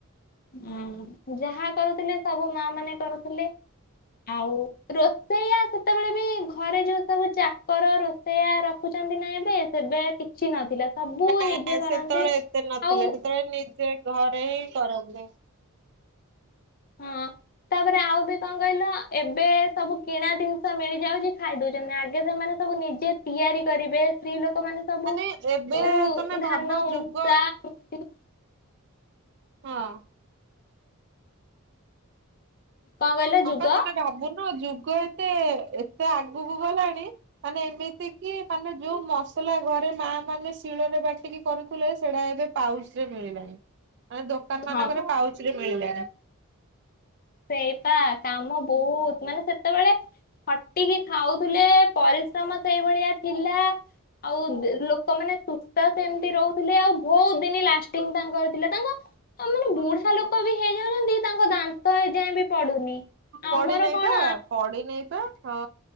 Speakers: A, on the left; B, on the right.
A: ହଁ ଯାହା କରୁଥିଲି ସବୁ ମା ମାନେ କରୁଥିଲେ ଆଉ ରୋଷେଇଆ ସେତେବେଳେ ବି ଘରେ ଯୋଉ ସବୁ ଚାକର ରୋଷେଇଆ ରଖୁଛନ୍ତି ନା ଏବେ ସେବେ କିଛି ନଥିଲା ସବୁ
B: ନା
A: ନିଜେ
B: ଆ
A: କରନ୍ତି
B: ସେତେବେଳେ ଏତେ ନଥିଲା
A: ଆଉ
B: ସେତେବେଳେ ନିଜେ ଘରେ ହିଁ କରନ୍ତି <inaudible>
A: ହଁ। ତାପରେ ଆଉ ବି କଣ କହିଲ ଏବେ ସବୁ କିଣା ଜିନିଷ ମିଳିଯାଉଚି ଖାଇ ଦଉଚନ୍ତି ଆଗେ ସେମାନେ ତ କୁ ନିଜେ ତିଆରି କରିବେ ସ୍ତ୍ରୀ ଲୋକ ଲୋକମାନେ ସବୁ
B: ମାନେ ଏବେ
A: ଉ
B: ତମେ
A: ଧାନ
B: ଭାବ
A: ଉଷା
B: ଯୁଗ
A: <unintelligible>
B: ହଁ।
A: କ କହିଲ ଯୁଗ?
B: ପା ତମେ ଭାବୁନ ହଁ ଯୁଗ ଏତେ ଏତେ ଆଗକୁ ଗଲାଣି ମାନେ ଏମିତି କି ମାନେ ଯୋଉ ମସ୍ ଲା ଘରେ ମା ମାନେ ଶିଳରେ ବାଟିକି କରୁଥିଲେ ସେଟା ଏବେ ପାଉସ ରେ ମିଳିଲାଣି। ମାନେ ଦୋକାନ ମାନଙ୍କର
A: ହଁ
B: ପାଉଚରେ ମିଳିଲାଣି।
A: ସେଇପା କାମ ବହୁତ ମାନେ ସେତେବେଳେ ଖଟିକି ଖାଉଥିଲେ ପରିଶ୍ରମ ସେଇଭଳିଆ ଥିଲା। ଆଉ ଦ ଲୋକମାନୋନେ ସୁସ୍ଥ ସେମିତି ରହୁଥିଲେ ଆଉ। ବହୁତ ଦିନ ଲାଷ୍ଟିଙ୍ଗ ତାଙ୍କର ଥିଲା ତାଙ୍କ ତମାନେ ବୁଢା ଲୋକ ବି ହେଇଯାଉଚନ୍ତି ତାଙ୍କ ଦାନ୍ ତ ଏ ଯାଇଁ ବି ପଡୁନି।
B: ପଡି ନେଇଥ
A: କଣ ଆ-
B: ପଢି ନେଇେଥ ହଁ।